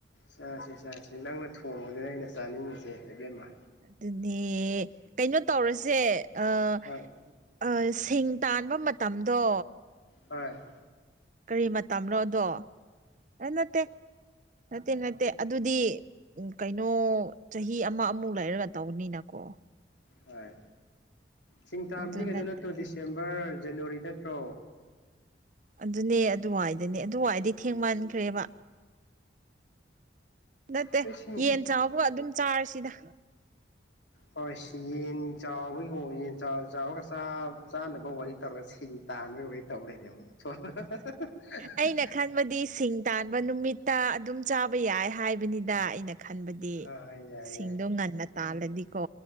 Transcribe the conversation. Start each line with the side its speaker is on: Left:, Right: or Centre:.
Left: ꯆꯥꯁꯦ ꯆꯥꯁꯦ ꯅꯪꯅ ꯊꯣꯡꯕꯗꯨꯅ ꯑꯩꯅ ꯆꯥꯅꯤꯡꯉꯤꯁꯦ ꯑꯦꯕꯦꯝꯃ
Right: ꯑꯗꯨꯗꯤ ꯀꯩꯅꯣ ꯇꯧꯔꯁꯦ ꯑꯥ
Left: ꯍꯣꯏ
Right: ꯑꯥ ꯁꯤꯡ ꯇꯥꯟꯕ ꯃꯇꯝꯗꯣ
Left: ꯍꯣꯢ
Right: ꯀꯔꯤ ꯃꯇꯝꯅꯣꯗꯣ ꯑꯦ ꯅꯠꯇꯦ ꯅꯠꯇꯦ ꯅꯠꯇꯦ ꯑꯗꯨꯗꯤ ꯎꯝ ꯀꯩꯅꯣ ꯆꯍꯤ ꯑꯃ ꯑꯃꯨꯛ ꯂꯩꯔꯒ ꯇꯧꯅꯤꯅꯀꯣ
Left: ꯍꯣꯏ ꯁꯤꯡ ꯇꯥꯕꯗꯤ
Right: ꯑꯗꯨ
Left: ꯀꯩꯅꯣ
Right: ꯅꯠꯇ
Left: ꯅꯠꯇ꯭ꯔꯣ ꯗꯤꯁꯦꯝꯕꯔ ꯖꯅꯋꯥꯔꯤ ꯅꯠꯇ꯭ꯔꯣ
Right: ꯑꯗꯨꯅꯦ ꯑꯗꯨꯋꯥꯏꯗꯨꯅꯦ ꯑꯗꯨꯏꯗꯤ ꯊꯦꯡꯃꯥꯟꯈ꯭ꯔꯦꯕ ꯅꯠꯇꯦ
Left: ꯍꯣꯏ ꯁꯤꯡ
Right: ꯌꯦꯟ ꯆꯥꯕ ꯑꯗꯨꯝ ꯆꯥꯔꯁꯤꯗ
Left: ꯍꯣꯏ ꯁꯤ ꯌꯦꯟ ꯆꯥꯎꯕꯒꯤꯑꯣ ꯌꯦꯟ ꯆꯥꯎꯔ ꯆꯥꯎꯔꯒ ꯆꯥ ꯆꯥꯅꯕ ꯋꯥꯔꯤ ꯇꯧꯔꯒ ꯁꯤꯡ ꯇꯥꯟꯕꯒꯤ ꯋꯥꯔꯤ ꯇꯧ ꯂꯩꯔꯦꯕ <unintelligible>
Right: ꯑꯩꯅ ꯈꯟꯕꯗꯤ ꯁꯤꯡ ꯇꯥꯟꯕ ꯅꯨꯃꯤꯠꯇ ꯑꯗꯨꯝ ꯆꯥꯕ ꯌꯥꯏ ꯍꯥꯏꯕꯅꯤꯗ ꯑꯩꯅ ꯈꯟꯕ ꯗꯤ
Left: ꯍꯣꯏ ꯌꯥꯏ
Right: ꯁꯤꯡꯗꯣ
Left: ꯌꯥꯏ
Right: ꯉꯟꯅ ꯇꯥꯜꯂꯗꯤꯀꯣ